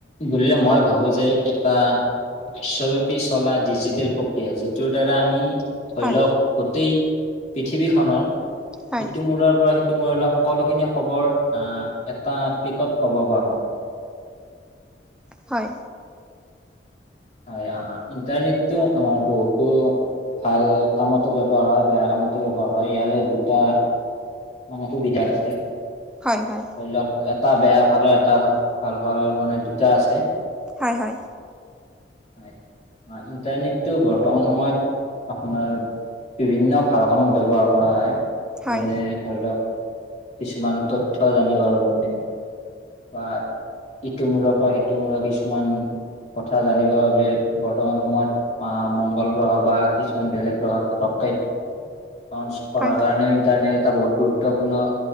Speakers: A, on the left; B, in the centre.
A: বুলিলে মই ভাবো যে এটা বিশ্ব সব্যাপী চলা ডিজিটেল প্ৰক্ৰিয়া যিটো দ্বাৰা আমি ধৰি
B: হয়
A: লওক গোটেই পৃথিৱীখনৰ
B: হয়
A: ইটোমূৰাৰ পৰা সি সকলোখিনি খবৰ আহ এটা ক্ৰিকত পাব পাৰো।
B: হয়।
A: হয় আহ ইণ্টাৰনেটৰ আমাৰ বহুতো ভাল কামতো ব্যৱহাৰ হয়, বেয়া কামতো ব্যৱহাৰ হয় ইয়াৰে দুটা মানে সুবিধা আছে।
B: হয় হয়।
A: ধৰি লওক এটা বেয়া ভালৰ এটা ভাল ভালৰ মানে দুটা আছে।
B: হয় হয়।
A: হয় ইণ্টাৰনেটটো বৰ্তমান সময়ত আপোনাৰ বিভিন্ন ভাল কামত ব্যৱহাৰ কৰা হয়,
B: হয়
A: যেনে ধৰি লওক কিছুমান তথ্য জানিব বাৰু আপুনি। হয়! ইটো মূৰৰ পৰা, সিটো মূৰৰ কিছুমান কথা জানিবৰ বাবে বৰ্তমান সময়ত আঁ মংগল গ্ৰহ বা কিছুমান বেলেগ গ্ৰহত <unintelligible> অঞ্চ কৰাৰ
B: হয় হয়
A: কাৰণে ইণ্টাৰনেট এটা বহুত গুৰুত্বপূৰ্ণ